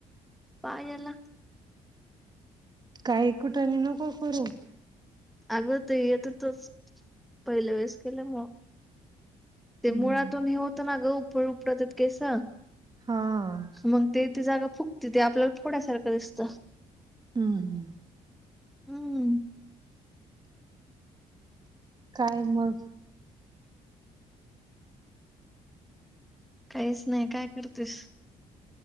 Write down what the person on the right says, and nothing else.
काही कुठाने नको करू.
हम्म.
हा हा
हम्म.
काय मग